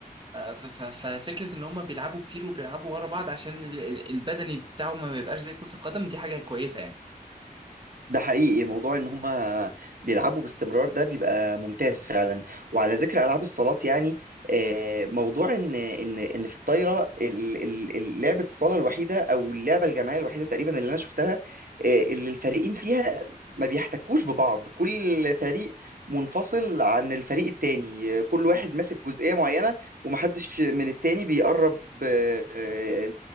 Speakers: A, on the right; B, on the right.
A: ف... ف... ففكره ان هم بيلعبوا كتير وبيلعبوا ورا بعض عشان ال- ال- البدني بتاعهم ما يبقاش زي كره القدم دي حاجه كويسه يعني
B: ده حقيقي موضوع ان هما بيلعبوا باستمرار ده بيبقى ممتاز فعلا وعلى ذكر العاب الصالات يعني آه، موضوع ان ان ان في الطايره ال- ال- ال- لعبه الصاله الوحيده او اللعبه الجماعيه الوحيده تقريبا اللي انا شفتها آه، اللي الفريقين فيها ما بيحتكوش ببعض كل فريق منفصل عن الفريق التاني آه، كل واحد ماسك جزئيه معينه ومحدش من التاني بيقرب آه،